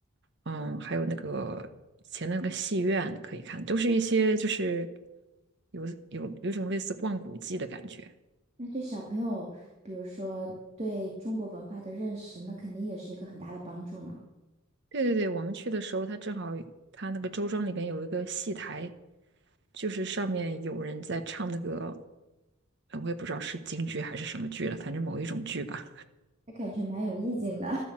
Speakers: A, on the right; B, on the right.
A: 嗯，还有那个以前那个戏院可以看，都是一些就是有有有一种类似逛古迹的感觉。
B: 那对小朋友，比如说对中国文化的认识，那肯定也是一个很大的帮助呢。
A: 对对对，我们去的时候，他正好他那个周庄里边有一个戏台，就是上面有人在唱那个，呃我也不知道是京剧还是什么剧了，反正某一种剧吧。
B: 还感觉蛮有意境的。